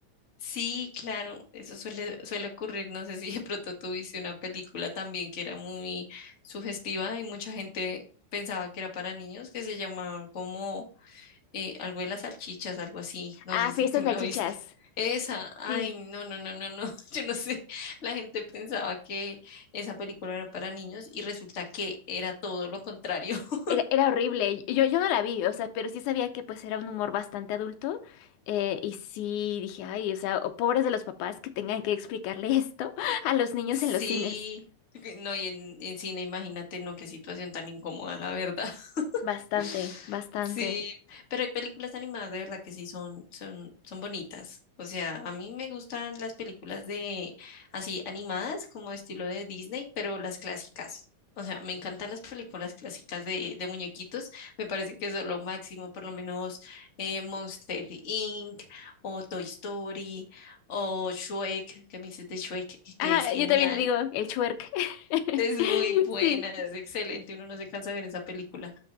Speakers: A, on the left; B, on the left.
A: Sí, claro, eso suele, suele ocurrir. No sé si de pronto tuviste una película también que era muy sugestiva y mucha gente pensaba que era para niños, que se llamaba como eh, algo de las salchichas, algo así, no
B: Ah,
A: sé si
B: fiestas
A: tú
B: salchichas.
A: la viste. Esa, ay,
B: Sí.
A: no, no, no, no, no, <laughs> yo no sé, la gente pensaba que esa película era para niños y resulta que era todo lo contrario. <laughs>
B: Era, era horrible. Yo, yo no la vi, o sea, pero sí sabía que pues era un humor bastante adulto. eh, y sí dije, ay, o sea, o- pobres de los papás que tengan que explicarle esto <laughs> a los niños
A: Sí,
B: en los cines.
A: no, y en, en cine, imagínate, no, qué situación tan incómoda, la verdad.
B: Bastante,
A: <laughs>
B: bastante.
A: Sí, pero hay películas animadas de verdad que sí son, son, son bonitas. O sea, a mí me gustan las películas de así animadas como estilo de Disney, pero las clásicas. O sea, me encantan las películas clásicas de, de muñequitos. Me parece que eso es lo máximo, por lo menos eh, Monster Inc. o Toy Story o Shrek, que me dices de Shrek,
B: Ah,
A: que es genial.
B: yo también le digo el chuerk. <laughs>
A: Es muy buena,
B: Sí.
A: es excelente. Uno no se cansa de ver esa película.